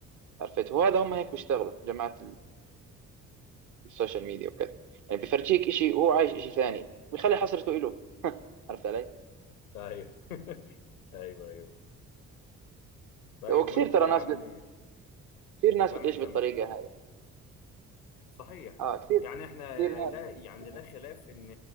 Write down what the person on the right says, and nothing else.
عرفت وهذا هم هيك بيشتغلوا جماعه السوشيال ميديا وكذا يعني بيفرجيك شيء وهو عايش شيء ثاني ويخلي حسرته له <laughs> عرفت علي؟
وكثير
ترى
ناس بت... كثير ناس
بتعيش
بالطريقة هاي
اه كثير
كثير ناس
بت-